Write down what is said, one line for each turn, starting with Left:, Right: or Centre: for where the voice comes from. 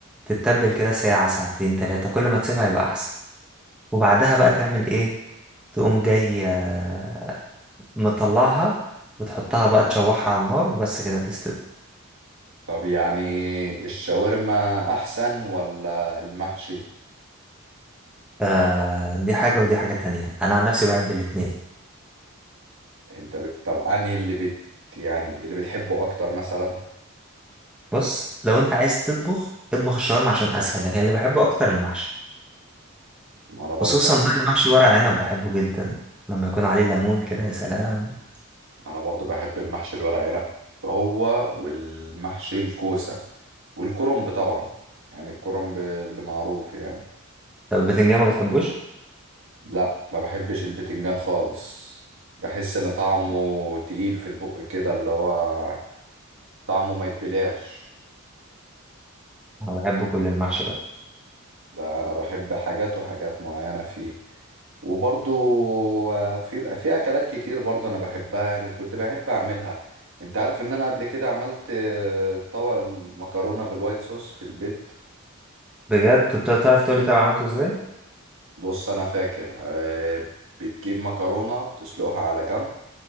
Centre: تتبل كده ساعة ساعتين تلاتة كل ما تسيبها يبقى أحسن وبعدها بقى تعمل ايه تقوم جاي آه، مطلعها وتحطها بقى تشوحها على النار وبس كده تستوي
Right: طب يعني الشاورما احسن ولا المحشي
Centre: فدي حاجة ودي حاجة تانية أنا عن نفسي بحب الاتنين
Right: انت بت... طب انهي اللي بت يعني اللي بتحبه اكتر مثلا
Centre: بص لو أنت عايز تطبخ اطبخ الشاورما عشان أسهل لكن اللي بحبه أكتر المحشي
Right: ما انا برضو
Centre: خصوصا
Right: بحب
Centre: بقى المحشي ورق عنب بحبه جدا لما يكون عليه ليمون كده يا سلام
Right: انا برضو بحب المحشي الورق عنب هو والمحشي الكوسة والكرنب طبعا يعني الكرنب اللي معروف يعني
Centre: طب البتنجان ما بتحبوش؟
Right: لا ما بحبش البتنجان خالص بحس ان طعمه تقيل في البق كده اللي هو طعمه ما يتبلعش
Centre: أنا بحب كل المحشي بقى
Right: ده انا بحب حاجات وحاجات معينة فيه وبرضو آه، في بقى في اكلات كتير برضو انا بحبها يعني وكنت بحب اعملها انت عارف ان انا قبل كده عملت آه، طبق المكرونة بالوايت صوص في البيت
Centre: بجد طب تعرف تقولي طب عملته ازاي
Right: بص انا فاكر آه، بتجيب مكرونة بتسلقها على جنب